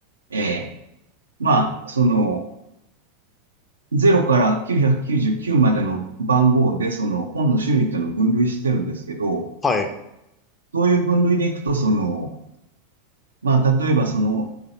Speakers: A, on the right; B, on the left.
A: ええ、まあ、その、0から999までの番号で、その、本の種類っていうのを分類してるんですけど、
B: はい。はい。
A: そういう分類でいくと、その、まあ、例えばその、